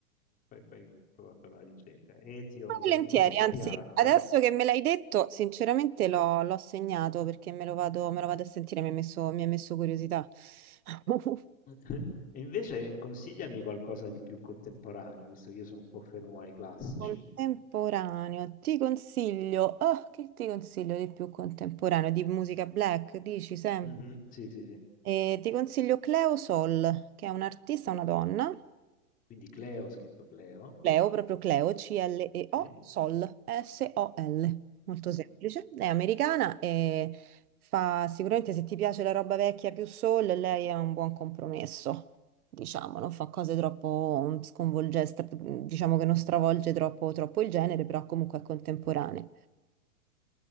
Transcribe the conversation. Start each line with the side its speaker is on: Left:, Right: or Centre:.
Left: fai, fai- prova a fare una ricerca. Etio, ovviamente
Right: Volentieri,
Left: col
Right: anzi,
Left: TH.
Right: adesso che me l'hai detto, sinceramente l'ho l'ho segnato perché me lo vado, me lo vado a sentire, mi ha messo, mi ha messo curiosità. <laughs>
Left: <laughs> E invece consigliami qualcosa di più contemporaneo, visto che io sono un po' fermo ai classici.
Right: Contemporaneo, ti consiglio, oh, che ti consiglio di più contemporaneo? Di musica black, dici Sam?
Left: Mhm, Sì, sì, sì.
Right: Eh, ti consiglio Cleo Sol, che è un'artista, una donna,
Left: Quindi Cleo, ho scritto Cleo.
Right: Cleo, proprio Cleo, C-L-E-O,
Left: Mhm, Sì,
Right: Sol, S-O-L, S O L, molto
Left: come
Right: semplice.
Left: sole.
Right: È americana e fa sicuramente se ti piace la roba vecchia più soul, lei è un buon compromesso, diciamo, non fa cose troppo sconvolgenti, diciamo che non stravolge troppo, troppo il genere, però comunque è contemporanea.